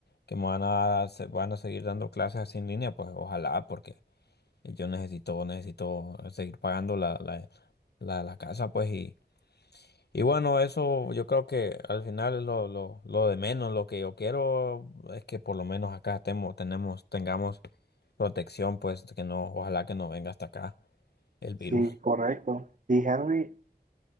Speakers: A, on the left; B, on the right.
A: que me van a, se- van a seguir dando clases así en línea, pues ojalá, porque yo necesito, necesito seguir pagando la, la, la, la casa, pues, y y bueno, eso yo creo que al final es lo, lo, lo de menos. Lo que yo quiero es que por lo menos acá estemos, tenemos, tengamos protección, pues que no, ojalá que no venga hasta acá el virus.
B: Sí, correcto. Y Henry,